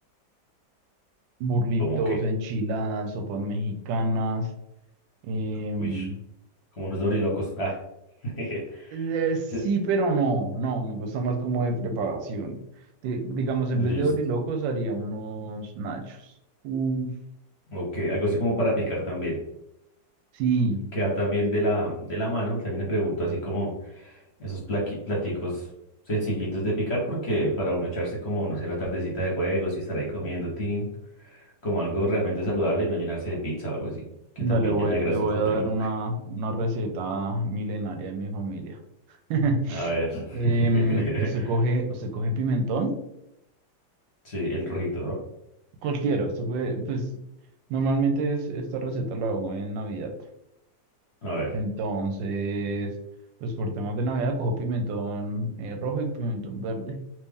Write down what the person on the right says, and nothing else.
burritos,
enchiladas, sopas mexicanas. em,
eh, sí,
pero no, no, me gusta más como de preparación. Di- digamos, en
vez de orilocos haría unos nachos. Uf,
sí,
Vale,
voy-
le voy
a dar una, una receta milenaria de mi familia. <laughs>
Em, usted
coge, usted coge pimentón.
Cualquiera, usted puede, pues normalmente es- esta receta la hago en Navidad.
Entonces, pues por temas de Navidad cojo pimentón eh, rojo y pimentón verde.